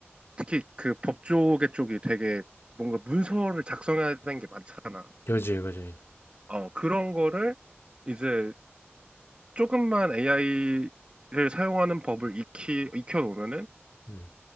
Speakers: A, on the right; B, on the left.
A: 특히 그 법조계 쪽이 되게 뭔가 문서를 작성해야 되는 게 많잖아.
B: 그지, 그지.
A: 어, 그런 거를 이제 조금만 AI를 사용하는 법을 익히, 익혀놓으면은
B: 음,